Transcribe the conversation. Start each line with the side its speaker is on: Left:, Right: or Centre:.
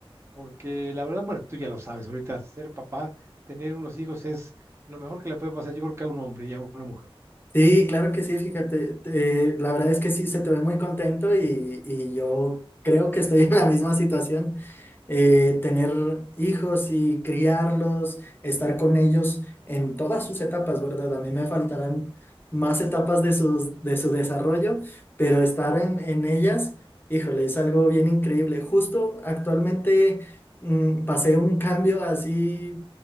Right: porque la verdad, bueno, tú ya lo sabes, ahorita ser papá, tener unos hijos es lo mejor que le puede pasar, yo creo que a un hombre y a una mujer,
Left: Sí, claro que sí, fíjate. te- eh, la verdad es que sí, se te ve muy contento y, y yo creo que estoy en la misma situación. eh, tener hijos y criarlos, estar con ellos en todas sus etapas, ¿verdad? A mí me faltarán más etapas de, sus, de su desarrollo, pero estar en, en ellas, híjole, es algo bien increíble. Justo actualmente mm, pasé un cambio así